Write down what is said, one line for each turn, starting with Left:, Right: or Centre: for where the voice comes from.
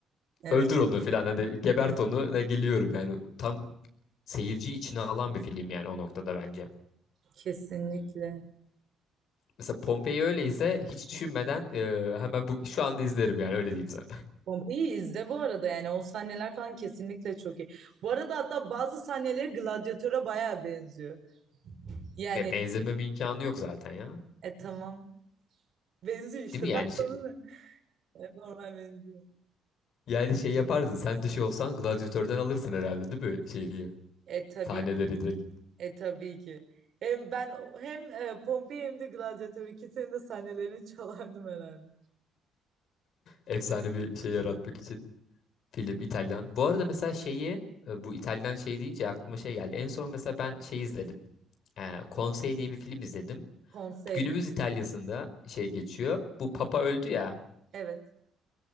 Right: Evet,
Left: öldür onu falan hani gebert onu ne geliyorum yani. Tam seyirci içine alan bir film yani o noktada bence.
Right: kesinlikle.
Left: Mesela Pompei öyleyse hiç düşünmeden e, hemen bu şu anda izlerim yani öyle diyeyim sana.
Right: Pompei'yi izle bu arada yani o sahneler falan kesinlikle çok iyi. Bu arada hatta bazı sahneleri Gladyatör'e bayağı benziyor. Yani
Left: Ya benzememe imkanı yok zaten ya.
Right: e tamam benziyor işte
Left: Değil mi yani
Right: ben
Left: şey,
Right: sana ne? <laughs> E, normal benziyor.
Left: Yani şey yapardın. Sen dışı olsan gladyatörden alırsın herhalde değil mi? Şeyi,
Right: E tabii
Left: sahneleri direkt.
Right: e tabii ki. Hem ben hem e, Pompei hem de Gladyatör ikisinin de sahnelerini <laughs> çalardım herhalde.
Left: Efsane bir şey yaratmak için. Film İtalyan. Bu arada mesela şeyi e, bu İtalyan şey deyince aklıma şey geldi. En son mesela ben şey izledim. E, Konsey diye bir film izledim.
Right: Konsey
Left: Günümüz İtalya'sında şey geçiyor. Bu Papa öldü ya.
Right: evet.